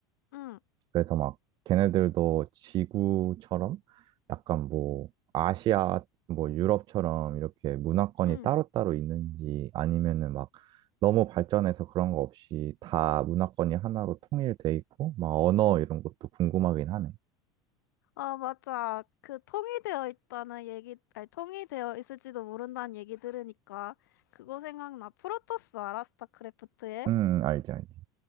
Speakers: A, on the left; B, on the right.
A: 응,
B: 그래서 막 걔네들도 지구처럼 약간 뭐 아시아, 뭐 유럽처럼 이렇게 문화권이
A: 응.
B: 따로따로 있는지 아니면은 막 너무 발전해서 그런 거 없이 다 문화권이 하나로 통일돼 있고 막 언어 이런 것도 궁금하긴 하네.
A: 아, 맞아. 그, 통일되어 있다는 얘기, 아니, 통일되어 있을지도 모른다는 얘기 들으니까, 그거 생각나. 프로토스 알아? 스타크래프트에?
B: 응, 알지, 알지.